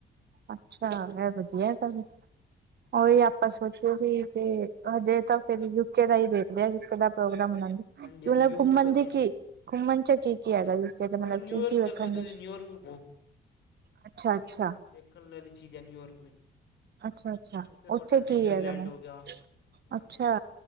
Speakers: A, on the right; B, on the left.
A: ਅੱਛਾ, ਐ ਵਦੀਆ ਗੱਲ ਏ ਓਈ ਆਪ ਪਾਂ ਸੋਚ ਰੇ ਸੀ ਤੇ ਹਜੇ ਤਾਂ ਫੇਰ ਯੂਕੇ ਦਾ ਹੀ ਦੇਖਦੇ ਆਂ, ਯੂਕੇ ਦਾ ਪ੍ਰੋਗਰਾਮ ਬਨਾਨੇ
B: ਹਾਂਜੀ
A: ਮਤਲਬ
B: ਹਾਂਜੀ ਯੂਕੇ
A: ਘੁੰਮਨ
B: ਵਧੀਆ
A: ਦੀ
B: ਹੈ
A: ਕੀ, ਘੁੰਮਣ 'ਚ ਕੀ ਕੀ ਹੈਗਾ ਯੂਕੇ ਤੇ ਮਤਲਬ
B: ਭਾਵੇਂ ਨਿਊਯਾਰਕ
A: ਕੀ ਕੀ ਵੇਖਣ
B: ਚੱਲ ਜਾਓ ਤੁਸੀਂ
A: ਨੂੰ,
B: ਨਿਊਯਾਰਕ ਵੀ
A: ਅੱਛਾ-ਅੱਛਾ।
B: ਵੇਖਨ ਵਾਲੀ ਚੀਜ਼ ਐ ਨਿਊਯੌਰਕ ਵੀ।
A: ਅੱਛਾ ਅੱਛਾ
B: ਓਥੇ
A: ਉੱਥੇ
B: ਤੁਆਡਾ ਡਿਜ਼ਨੀਲੈਂਡ
A: ਕੀ ਹੈਗਾ ਮੈਮ
B: ਹੋ ਗਯਾ <unintelligible>
A: ਅੱਛਾ